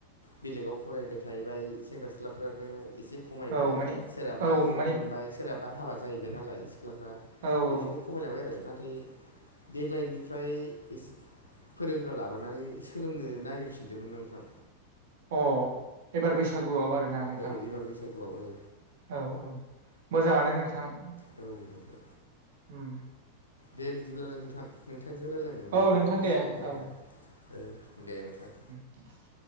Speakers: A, on the left; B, on the right.
A: बेलेगाव फरायबाय थाहैबाय सेंग्रा सिख्लाफ्रानो एसे खमायबाय
B: औ माने
A: सोरहाबा
B: औ
A: जब
B: माने
A: मोनबाय सोरहाबा हाबा जाहैबाय नालाय सिख्लाफ्रा
B: औ औ
A: बिदिनो खमायलांबाय आरो नाथाय देग्लायनिफ्राय एसे फोरोंग्रा लाबोनानै सोलोंनो नागिरफिनदोंमोन नोंथां
B: अ एबार बैसागुआव आरोना नोंथां
A: ओ एबार बैसागुआव ओ
B: औ औ मोजाङानो नोंथां
A: औ नोंमारगौ
B: उम
A: दे बिदिब्लालाय नोंथां नोंथांजों रायज्लायनो मोननानै
B: औ नोंथां
A: गोसो
B: दे
A: गोबो जाब
B: औ
A: दे ओ दे नोंथां
B: <inaudible>